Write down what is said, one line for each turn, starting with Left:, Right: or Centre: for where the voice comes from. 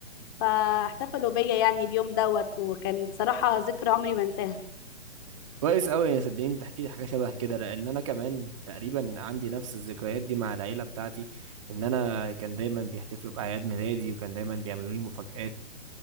Left: فاحتفلوا بيا يعني اليوم دوت وكان صراحة ذكرى عمري ما انساها
Right: كويس قوي يا صدقيني تحكي لي حاجة شبه كده لان انا كمان تقريبا عندي نفس الذكريات دي مع العيلة بتاعتي ان انا كان دايما بيحتفلوا باعياد ميلادي وكان دايما بيعملوا لي مفاجآت